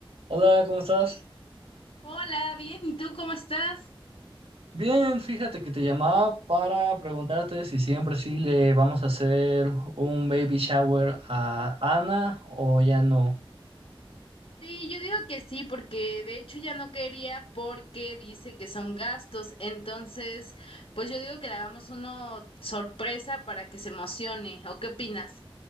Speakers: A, on the right (about 85°); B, on the left (about 85°).
A: Hola, ¿cómo estás?
B: Hola, bien, ¿y tú cómo estás?
A: Bien, fíjate que te llamaba para preguntarte si siempre sí le vamos a hacer un baby shower a Ana o ya no.
B: Sí, yo digo que sí, porque de hecho ya no quería porque dice que son gastos, entonces pues yo digo que le hagamos uno sorpresa para que se emocione, ¿o qué opinas?